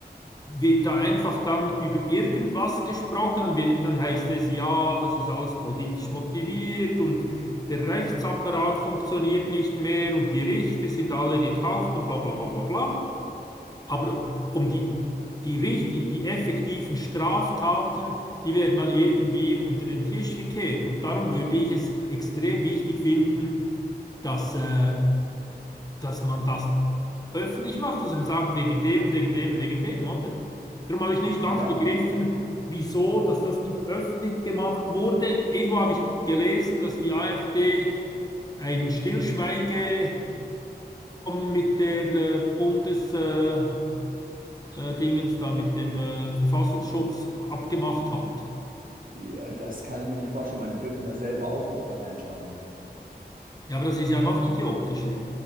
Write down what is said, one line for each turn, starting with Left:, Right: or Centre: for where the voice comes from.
Left: wird da einfach dann über irgendwas gesprochen und wir, dann heißt es, ja, das ist alles politisch motiviert und der Rechtsapparat funktioniert nicht mehr und die Richter sind alle gekauft und bla bla bla bla bla. Aber um die, die richtig, die effektiven Straftaten, die werden dann irgendwie unter den Tisch gekehrt. Und darum würde ich es extrem wichtig finden, dass, äh, dass man das öffentlich macht, dass man sagt, wegen dem, wegen dem, wegen dem, oder? Darum habe ich nicht ganz
Right: Ja.
Left: begriffen, wieso, dass das nicht öffentlich gemacht wurde. Irgendwo habe ich gelesen, dass die AfD ein Stillschweigeabkommen mit der äh, Bundes, äh, äh, Dingens da mit dem äh, Verfassungsschutz abgemacht hat.
Right: Ja, das kann ich mir nicht vorstellen, weil die dürfen ja selber auch nicht da reinschauen.
Left: Ja, aber das ist ja noch idiotischer.